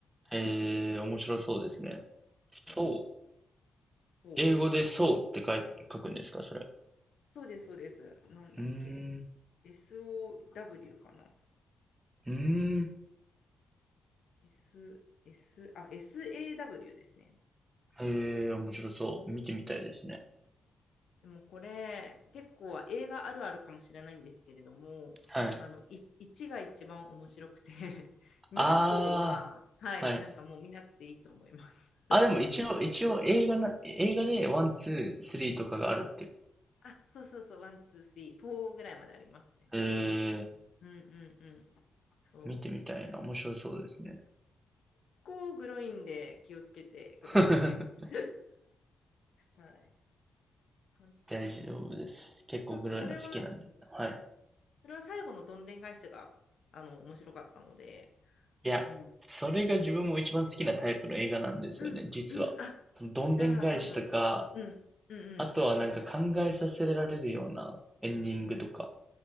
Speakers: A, on the right (about 20°); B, on the left (about 70°).
A: えー面白そうですね。そう。
B: はい。そう。
A: 英語でそうって書い、書くんですかそれ。
B: そうです、そうです。なんだっけ。
A: うーん。
B: SOW かな。
A: うーん。
B: S、S、あ、SAW ですね。
A: えー面白そう。見てみたいですね。
B: でもこれ結構映画あるあるかもしれないんですけれども、
A: はい。
B: あのい1が一番面白くて <laughs> 2以降
A: あ
B: <laughs> は、はい、
A: ーはい。
B: なんかもう見なくていいと思います。
A: あ、でも一応、一応映画な、映画でワン、ツー、スリーとかがあるって。
B: あ、そうそうそう、1、2、3、4ぐらいまでありますね。
A: えー
B: うんうんうん。そう。
A: 見てみたいな。面白そうですね。
B: こうグロいんで気をつけてください。
A: <laughs>
B: <laughs> はい。かん
A: 大丈夫です。結構グロいの好きなんで。
B: 多分それは、
A: はい。
B: それは最後のどんでん返しがあの面白かったので、
A: いや、
B: うん。
A: それが自分も一番好きなタイプの映画なんですよね、
B: うん、
A: 実は。
B: うん、あ、
A: そのどんでん返しとか、
B: じゃあ多分、うん、うんうん。
A: あとはなんか考えさせられるようなエンディングとか。
B: うん